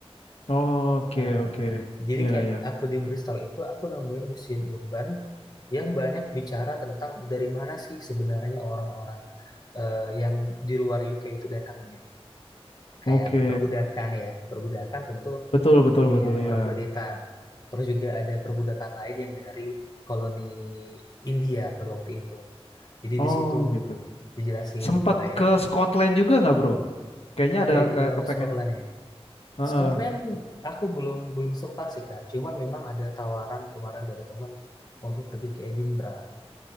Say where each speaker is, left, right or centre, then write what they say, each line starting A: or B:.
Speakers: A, on the left; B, on the left.
A: Oke
B: Nah,
A: oke.
B: jadi
A: Ya
B: kayak
A: ya.
B: aku di Bristol itu aku nemuin museum urban yang banyak bicara tentang dari mana sih sebenarnya orang-orang eh, yang di luar UK itu datangnya. Kayak
A: Oke.
B: perbudakan ya, perbudakan tentu
A: Betul betul
B: ini
A: betul
B: ya orang
A: ya.
B: kulit hitam. Terus juga ada perbudakan lain yang dari koloni India pada waktu itu. Jadi
A: Oh
B: di situ
A: gitu.
B: dijelasin
A: Sempat
B: kayak
A: ke Scotland juga nggak bro? Kayaknya ada
B: kayak di
A: ke
B: eh,
A: kepengen.
B: Scotland ya.
A: Heeh.
B: Scotland aku belum belum sempat sih Kak. Cuman memang ada tawaran kemarin dari temen untuk pergi ke Edinburgh.